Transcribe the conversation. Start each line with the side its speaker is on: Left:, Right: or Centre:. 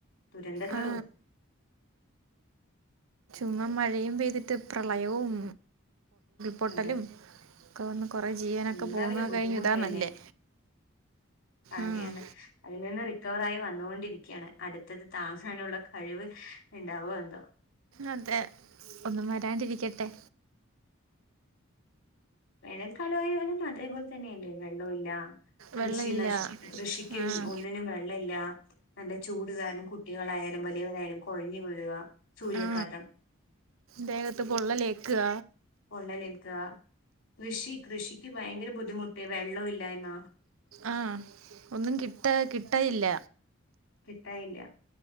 Left: ദുരന്തങ്ങളും
Right: ആ <unintelligible> മഴയും പെയ്തിട്ട് പ്രളയവും പൊട്ടലും
Left: അതെ
Right: ഒക്കെ വന്ന് കൊറെ ജീവനൊക്കെ
Left: എല്ലാവരും
Right: പോന്ന
Left: ബുദ്ധിമുട്ട്
Right: കഴിഞ്ഞ ഇതാ
Left: തന്നെ
Right: നല്ലേ
Left: കാര്യാണ്
Right: ഉം.
Left: അതിൽ നിന്ന് റിക്കവറായി വന്നൊണ്ടിരിക്കയാണ് അടുത്തത് താങ്ങാനുള്ള കഴിവ് ഇണ്ടാവോ എന്തോ
Right: അതെ ഒന്നും വരാണ്ടിരിക്കട്ടെ
Left: വേനൽക്കാലയ പോലും അതേപോലെ തന്നെയല്ലേ വെള്ളവും ഇല്ല കൃഷി
Right: വെള്ളമില്ല
Left: നശി കൃഷിക്ക്
Right: ആഹ്
Left: ഒന്നിനും വെള്ളയില്ല നല്ല ചൂട് കാരണം കുട്ടികളായാലും വലിയവരായാലും കൊഴഞ്ഞ് വീഴുക സൂര്യാഘാതം
Right: ആ ദേകത്ത് പൊള്ളലേക്കുക
Left: പൊള്ളലേൽക്ക്ആ കൃഷി കൃഷിക്ക് ഭയങ്കര ബുദ്ധിമുട്ട് വെള്ളവില്ലായ്മ
Right: ആഹ് ഒന്നും കിട്ടാ കിട്ടായില്ല
Left: കിട്ടായില്ല്യ